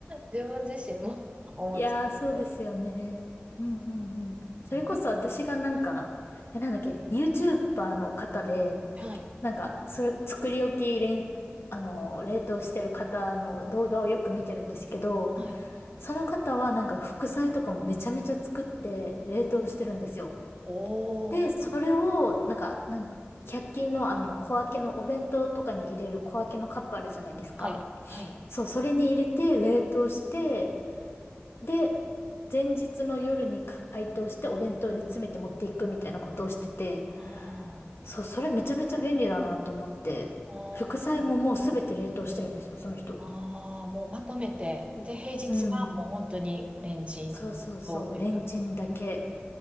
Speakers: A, on the right; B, on the left.
A: 自分自身も <laughs> 思っちゃって。
B: いやー、そうですよね。うんうんうん。それこそ私がなんか、
A: なんか、
B: え、なんだっけ、YouTuber の方で、
A: はい、
B: なんか、それ、作り置きれん、あの、冷凍してる方の動画をよく見てるんですけど、
A: はい。
B: その方はなんか副菜とかもめちゃめちゃ作って冷凍してるんですよ。
A: おー、
B: で、それを、なんか、なん、1均のあの、小分けのお弁当とかに入れる小分けのカップあるじゃないですか。
A: はい、はい。
B: そう、それに入れて冷凍して、で、前日の夜に解凍してお弁当に詰めて持っていくみたいなことをしてて、
A: あー
B: そう、それめちゃめちゃ便利だなと思って、
A: あー、
B: 副菜ももうすべて冷凍してるんですよ、その人。
A: あーもうまとめて、で、平日はもう本当にレンチンとっていう感じ。
B: うん。そうそうそう、レンチンだけ